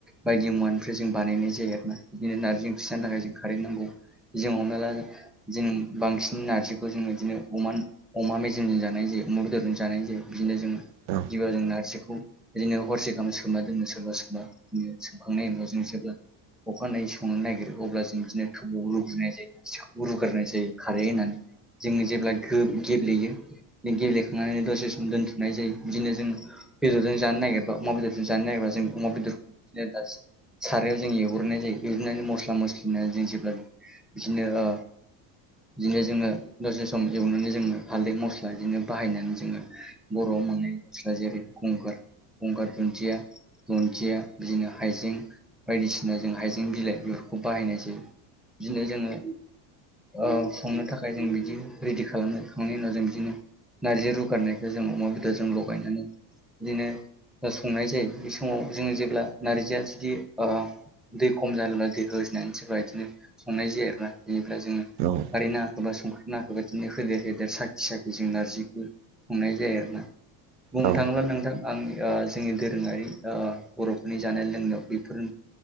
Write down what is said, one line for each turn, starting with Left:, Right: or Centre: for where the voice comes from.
Centre: बायदि मुवानिफ्राय जों बानायनाय जायो आरोना। बिदिनो नारजि ओंख्रि जानो थाखाय जों खारै नांगौ जों हमना ला जों बांसिन नारजिखौ जोङो इदिनो अमानो अमा मेजेमजों जानाय जायो अमा बेदरजों जानाय जायो बिदिनो जों
Right: औ।
Centre: गिबियाव जों नारजिखौ बिदिनो हरसे गाहाम सोमना दोननो सोरबा सोरबा। बिदिनो संखांनायनि उनाव जों जेब्ला अखानायै संनो नागिरो अब्ला जों बिदिनो थौआव लुुग्रोनाय जायो। सिखौ रुगारनाय जायो खारै होननानै जोङो जेब्ला गो गेब्लेयो गेब्लेखांनानै दसे सम दोनथुमनाय जायो बिदिनो जों बेदरजों जानो नागिरबा अमा बेदरजों जानो नागिरा जों अमा बेदर <unintelligible> सारायाव जों एवग्रोनाय जायो एवग्रोनानै मस्ला मस्लि होना जों जेब्ला बिदिनो ओ बिदिनो जोङो दसे सम एवनानै जोङो हाल्दै मस्ला बिदिनो बाहायनानै जोङो बर'आव मोननाय स्ला जेरै गंगार गंगार दुन्दिया दुन्दिया बिदिनो हाइजें बायदिसिना जों हाइजें बिलाइ बेफोरखौ बाहायनाय जायो बिदिनो जोङो ओ संनो थाखाय जों बिदि रेडि खालामो खांनायनि उनाव जों बिदिनो नार्जि रुगारनायखो जों अमा बेदरजों लगायनानै बिदिनो ओ संनाय जायो बे समाव जोङो जेब्ला नारजिया जुदि ओ दै खम जादोब्ला दै होनानै सोरबा इदिनो संनाय जायो आरोना बिनिफ्राय जोङो
Right: औ।
Centre: खारै नाङाखैबा संख्रि नाङाखैबा बिदिनो होदेर होदेर साखि साखि जों नारजिखौ संनाय जायो आरोना। बुंनो
Right: औ
Centre: थाङोब्ला नोंथां आंनि ओ जोंनि दोरोङारि ओ बर'फोरनि जानाय लोंनायाव बेफोर